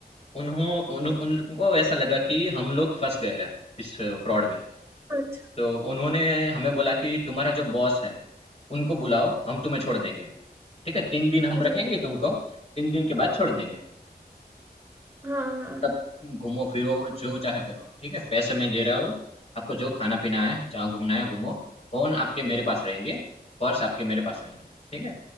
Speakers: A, on the left (about 40°); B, on the right (about 15°).
A: उन्हों उन, उनको ऐसा लगा कि हम लोग फंस गए हैं इस फ्रॉड में
B: अच्छा
A: तो उन्होंने हमें बोला कि तुम्हारा जो बॉस है उनको बुलाओ हम तुम्हें छोड़ देंगे ठीक है तीन दिन हम
B: अरे
A: रखेंगे तुमको तीन दिन के बाद छोड़ देंगे
B: हाँ हाँ
A: तब तुम घूमो फिरो जो चाहे करो ठीक है पैसे मैं दे रहा हूँ आपको जो खाना पीना है जहाँ घूमना है घूमो फोन आपके मेरे पास रहेंगे पर्स आपके मेरे पास रहेंगे ठीक है